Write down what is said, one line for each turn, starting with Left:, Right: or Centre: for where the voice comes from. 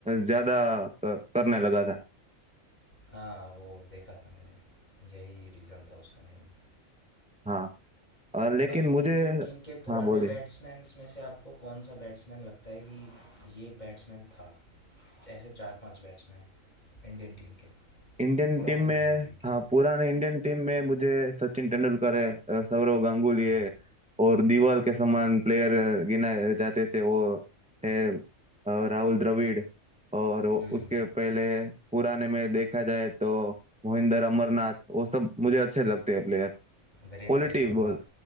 Centre: ज्यादा क- करने लगा था
Left: हाँ वो देखा था मैंने यही रीज़न था उसका मेन
Centre: हाँ अ, लेकिन
Left: बाकी
Centre: मुझे
Left: इंडियन टीम के पुराने
Centre: हाँ बोलिए
Left: बैट्समैन में से आपको कौन सा बैट्समैन लगता है कि ये बैट्समैन था ऐसे चार पांच बैट्समैन इंडियन टीम के
Centre: इंडियन
Left: पुरानी
Centre: टीम में
Left: इंडियन टीम के
Centre: हाँ पुराने इंडियन टीम में मुझे सचिन तेंदुलकर है अ, सौरव गांगुली
Left: हाँ
Centre: है और दीवाल के समान प्लेयर गिनाए जाते थे वो है अ, राहुल द्रविड़ और वो-
Left: हम्म
Centre: उसके पहले पुराने में देखा जाए तो मोहिंदर अमरनाथ वो सब मुझे अच्छे लगते हैं प्लेयर क्वालिटी
Left: वीरेंद्र सहवाग
Centre: बॉल